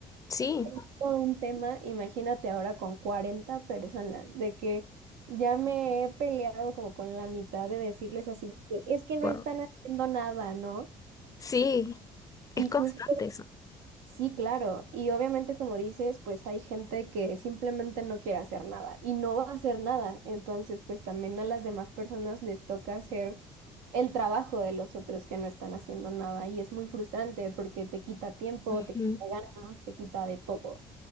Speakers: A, on the left; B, on the right.
A: Sí,
B: es todo un tema, imagínate ahora con 40 personas, de que ya me he peleado como con la mitad de decirles así, de que, es que no
A: wow.
B: están haciendo nada, ¿no?
A: Sí, es
B: Y
A: constante
B: justo
A: eso.
B: Sí, claro. Y obviamente, como dices, pues hay gente que simplemente no quiere hacer nada y no va a hacer nada. Entonces, pues también a las demás personas les toca hacer el trabajo de los otros que no están haciendo nada. Y es muy frustrante porque te quita tiempo,
A: Ujú.
B: te quita ganas, te quita de todo.